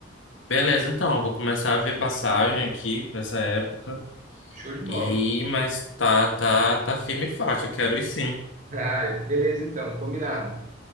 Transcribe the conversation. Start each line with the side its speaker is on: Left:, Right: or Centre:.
Left: Beleza, então, eu vou começar a ver passagem aqui pra essa época.
Right: Show de bola.
Left: E,
Right: <laughs>
Left: mas tá, tá, tá firme e forte, eu quero ir sim.
Right: Ah, beleza, então, combinado.